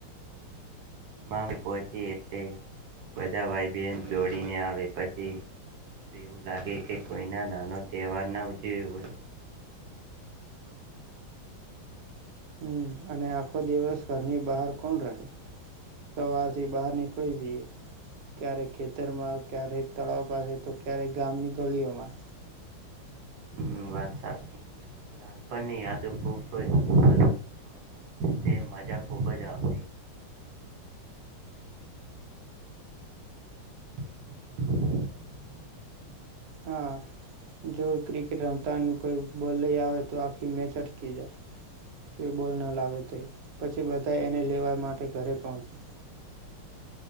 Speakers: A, on the right; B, on the right.
A: મામે પહોંચી એટલે બધા ભાઈ બહેન દોડીને આવે પછી તો એવું લાગે કે કોઈના નાનો તહેવાર ના ઉજવ્યો હોય.
B: હમ્મ અને આખો દિવસ ઘરની બહાર કોણ રહે સવારથી બહાર નીકળી જઈએ ક્યારેક ખેતરમાં ક્યારેક તળાવ પાસે તો ક્યારેક ગામની ગલીઓમાં.
A: હમ્મ વાત સાચી નાન પણ ની યાદો ખબ્બઈ હ તે મજા ખુબજ આવતી <inaudible>
B: હા જો ક્રિકેટ રમતા કોઈ બોલ લઈ આવે તો આખી મેચ અટકી જાય કે બોલ ન લાવેતૈ પછી બધા એને લેવા માટે ઘરે પહોંચે